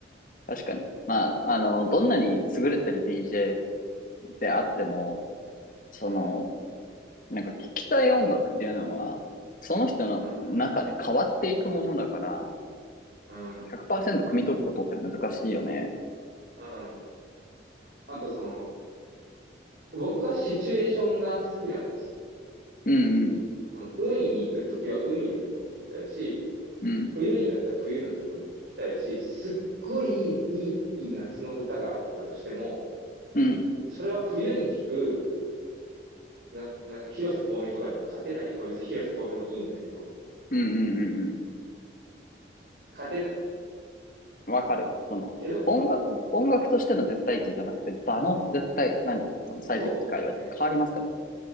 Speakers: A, on the left (about 45°); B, on the right (about 70°).
A: 確かに。まあ、あの、どんなに優れてる
B: うん、
A: DJ であっても、その、
B: うん、
A: なんか聞きたい音楽っていうのは、その人の中で変わっていくものだから、
B: うん、
A: 100%汲み取ることって難しいよね。
B: うん。あとその、僕はシチュエーションが好きなんですよ。
A: うんうん。
B: その、海に行くときは海の曲を聴きたいし、
A: うん。
B: 冬になったら冬の曲聴きたいし、すっごいいい、いい夏の歌があったとしても、
A: うん。
B: それは冬に聴く、な、な、広瀬香美とかには勝てない。まあ別に広瀬香美もいいんだけど、
A: うんうんうん
B: 勝てない。
A: うん。わかる。その、
B: けど、
A: 音楽、音楽としての絶対値じゃなくて、場の絶対、何その最適機会は変わりますから。
B: そうね。